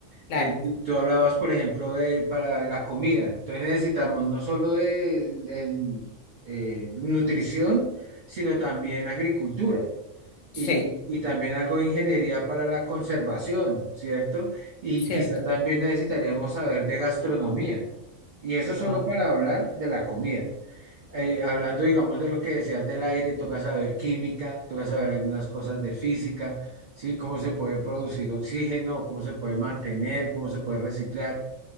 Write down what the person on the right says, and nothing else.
Eh, tú, tú hablabas, por ejemplo, de para la comida. Entonces necesitamos no solo de el- eh, nutrición, sino también agricultura
y, y también algo de ingeniería para la conservación, ¿cierto? Y
quizá también necesitaríamos saber de gastronomía. Y eso
solo para hablar de la comida eh, hablando, digamos, de lo que decías del aire, toca saber química, toca saber algunas cosas de física, ¿sí? Cómo se puede producir oxígeno, cómo se puede mantener, cómo se puede reciclar,